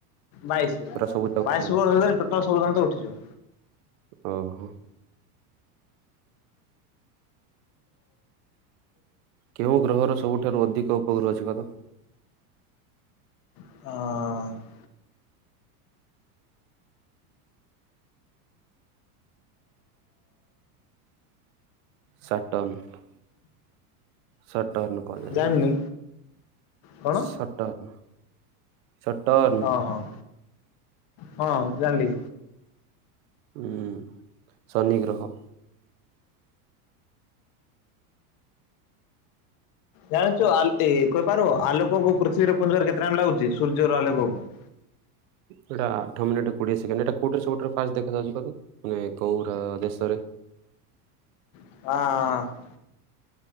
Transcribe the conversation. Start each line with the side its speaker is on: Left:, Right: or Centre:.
Left: ବାଇଶ।
Right: ପୁରା
Left: ବାଇଶ
Right: ସବୁ ଯାଉଛି
Left: ବର୍ଷ ଏଜ୍ ରେ ଟୋଟାଲ ସବୁଦାନ୍ତ ଉଠିଯିବ।
Right: ଓହୋ। କେଉଁ ଗ୍ରହର ସବୁଠାରୁ ଅଧିକ ଉପଗ୍ରହ ଅଛି କହିଲ?
Left: ହଁ
Right: ସଟର୍ଣ, ସଟର୍ଣ କହିଦେଲି।
Left: ଜାଣିନି କଣ
Right: ସଟର୍ନ, ସଟର୍ନ।
Left: ହଁ, ହଁ, ହଁ ଜାଣିଲି।
Right: ହୁଁ, ଶନିଗ୍ରହ।
Left: ଜାଣିଛୁ <unintelligible> ଆ କହିପାରିବୁ? ଆଲୋକକୁ ପୃଥିବୀରେ ପଡ଼ିବାକୁ କେତେ ଟାଇମ୍ ଲାଗୁଛି? ସୂର୍ଯ୍ୟର ଆଲୋକକୁ।
Right: ସେଇଟା ଆଠ ମିନିଟ କୋଡିଏ ସେକେଣ୍ଡ। ଏଟା କୋଉଟାରେ ସବୁଠାରୁ ଫାଷ୍ଟ ଦେଖାଯାଉଛି କହିଲ? ମାନେ କୋଉ ଦେଶରେ?
Left: ଆଁ